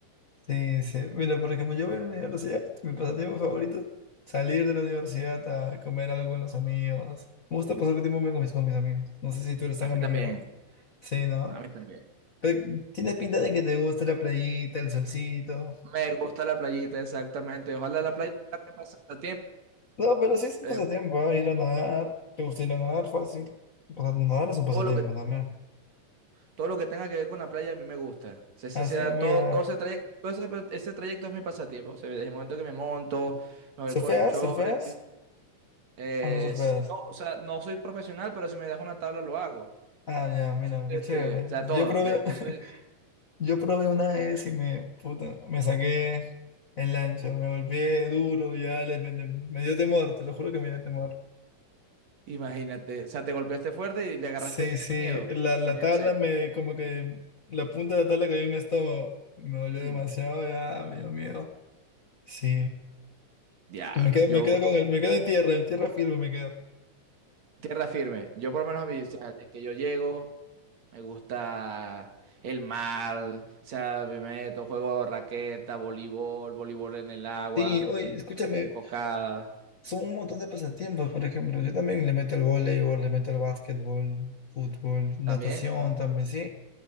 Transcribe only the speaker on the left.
Sí, sí. Mira, por ejemplo, yo voy a la universidad, mi pasatiempo favorito, salir de la universidad a comer algo con los amigos. Me gusta pasar tiempo con mis, con mis amigos. No sé si tú eres tan
amiguero.
Sí, ¿no?
Pero tienes pinta de que te gusta la playita, el solcito.
No, pero sí es un
pasatiempo, ¿ah? Ir a nadar. ¿Te gusta ir a nadar fácil? Pasa- Nadar es un pasatiempo
también.
Ah,
sí, mira.
¿Surfeas?
¿Surfeas?
¿O no surfeas?
Ah, ya, mira,
qué chévere.
Yo probé,
<laughs>
yo probé una vez y me, puta, me saqué el ancho, me golpeé duro, ya le- me, me dio temor, te lo juro que me dio temor.
Sí, sí,
la, la
tabla
me, como que la punta de la tabla cayó en mi estómago, me dolió
demasiado, ya me dio miedo. Sí,
me quedo,
me quedo con el, me quedo en tierra, en tierra firme me quedo.
Sí, oye, escúchame,
son un montón de pasatiempos, por ejemplo, yo también le meto al voleibol, le meto al básquetbol, fútbol, natación
también, sí.